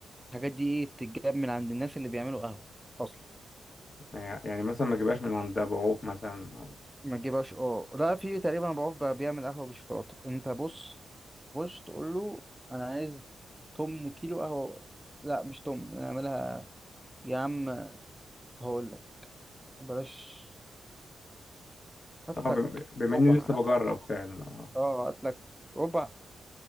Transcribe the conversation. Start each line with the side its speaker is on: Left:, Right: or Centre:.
Centre: الحاجات دي إيه بتتجاب من عند الناس اللي بيعملوا قهوة أصلا
Left: يعني يعني مثلا ما اجيبهاش من عند ابو عوف مثلا او
Centre: ما تجيبهاش اه لا في تقريبا ابو عوف بقى بيعمل قهوه بالشوكولاته انت بص بص تقول له انا عايز تمن كيلو قهوه لا مش تمن انا اعملها يا عم هقول لك بلاش هات
Left: اه بم-
Centre: لك
Left: بما
Centre: ربع
Left: اني لسه بجرب
Centre: هات لك ربع
Left: فعلا اه
Centre: اه هات لك ربع